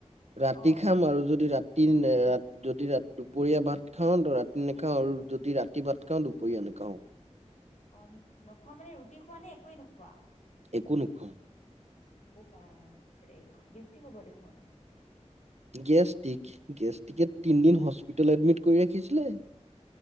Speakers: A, on the right; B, on the left.
A: ৰাতি
B: অ
A: খাম আৰু যদি ৰা ৰাতি ৰা যদি দুপৰীয়া ভাত খাওঁ ৰাতি নাখাওঁ আৰু যদি ৰাতি ভাত খাওঁ দু কি এনেকুৱা অ-
B: অ নোখোৱা মানে ৰুটি খোৱা নে একোৱে নোখোৱা?
A: একো নেখাওঁ
B: অ' বাপৰে গেছট্ৰিক হ'ব দেখোন।
A: গেষ্টিক গেষ্টিকে তিনদিন হস্পিটেলত এডমিট কৰি ৰাখিছিলোঁ।